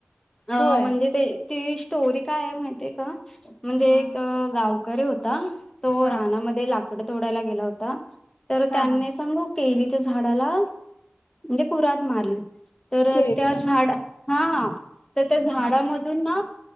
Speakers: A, on the left; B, on the left.
A: अ
B: होय.
A: म्हणजे ते. ती स्टोरी काय आहे. माहितीय आहे का म्हणजे
B: हा
A: एक गावकरी होते. त
B: हा
A: रानामध्ये लाकड तोडायला गेला होता तर
B: हा
A: त्यांनी
B: हा
A: सांगू केलीच्या झाडाला म्हणजे कुऱ्हाड मारली तर
B: केळीच्या
A: त्या झाडा हां तर त्या झाडामधून
B: हा
A: ना